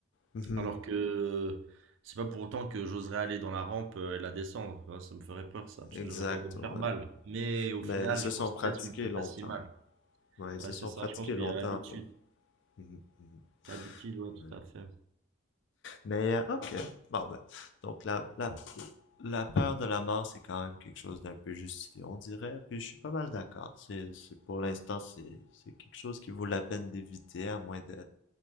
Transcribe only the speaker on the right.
alors que c'est pas pour autant que j'oserais aller dans la rampe euh, et la descendre, Ouais, ça me ferait peur ça parce
que j'aurais peur de me
faire mal, mais au
final
je
pense
peut-être que je me ferais
pas si mal,
ouais
c'est
ça,
je pense qu'il
y a l'habitude,
l'habitude ouais tout
à fait.